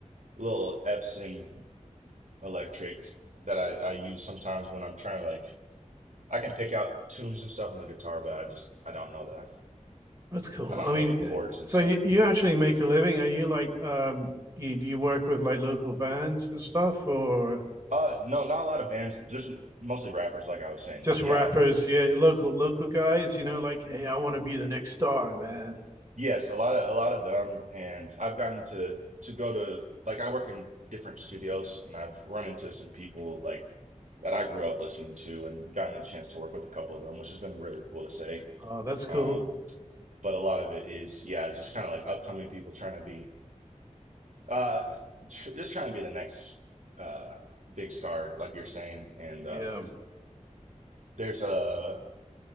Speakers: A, on the right (about 70°); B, on the right (about 25°).
A: little Epson electric that I, I use sometimes when I'm trying to like I can pick out tunes and stuff on the guitar, but I just I don't know the
B: That's cool.
A: I don't
B: I mean,
A: know the chords
B: uh,
A: and
B: so
A: stuff.
B: you, you actually make a living. Are you like, um, you, do you work with like local bands and stuff or
A: Uh no, not a lot of bands, just mostly rappers like I was saying.
B: just
A: But yeah,
B: rappers? Yeah, local, local guys, you know, like, hey, I want to be the next star, man.
A: yes, a lot of a lot of them and I've gotten to to go to like I work in different studios and I've run into some people like that I grew up listening to and gotten a chance to work with a couple of them, which has been really cool to say.
B: Oh, that's cool.
A: Um, but a lot of it is, yeah, just kind of like upcoming people trying to be Uh, tr just trying to be the next uh big star, like you're saying. And um,
B: Yeah.
A: there's a